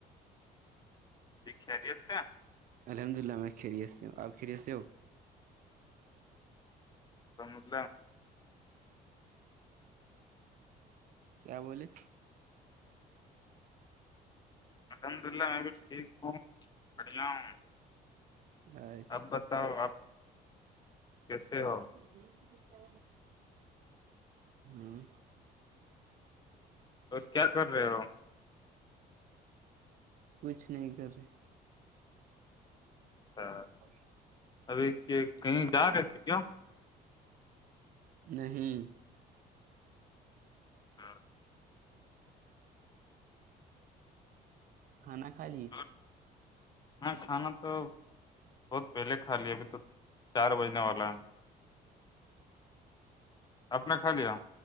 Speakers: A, on the left; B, on the right.
A: جی خیریت سے ہیں؟
B: الحمد للہ میں کھیریس ہوں آپ کھیری سے ہو
A: س مد
B: کیا بولے
A: الحمد للہ میں بھی ٹھیک ہوں بڑھیا ہوں
B: اچھا
A: اب بتاؤ آپ کیسے ہو
B: جس کیتا ہوں
A: بس کیا کر رہے ہو
B: کچھ نہیں کر رہے
A: ہاں
B: اچ <unintelligible>
A: ابھی کہیں جا کر کیا
B: نہیں
A: ہاں
B: کھانا کھا لئے
A: اور ہاں کھانا تو بہت پہلے کھا لی ابھی تو چار بجنے والا ہے آپ نے کھا لیا